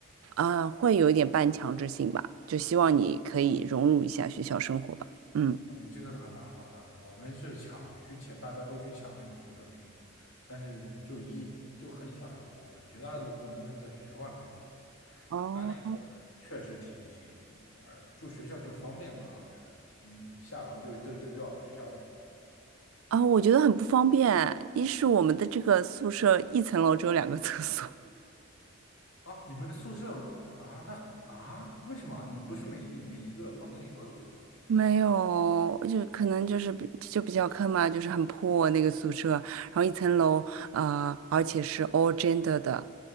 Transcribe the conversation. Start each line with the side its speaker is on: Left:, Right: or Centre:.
Right: 啊会有一点半强制性吧，就希望你可以融入一下学校生活吧。嗯。
Left: 啊，你这个还蛮好的。我们是抢去抢，大家都去抢那个宿舍名额，但是就一就很小一部分，绝大多数人都是在学校外面住的。
Right: 哦，
Left: 他那个确实挺挺，呃，住学校就是方便嘛，我觉得，嗯，下楼就就就到学校
Right: 啊，我觉得很不方便。一是我们的这个宿舍一层楼只有两个厕所，
Left: 啊，你们的宿舍啊，那啊，为什么啊你们不是每一个每一个房间里都有厕所吗？
Right: 没有，就可能就是比就比较坑嘛，就是很破那个宿舍，然后一层楼，呃，而且是 all gender 的，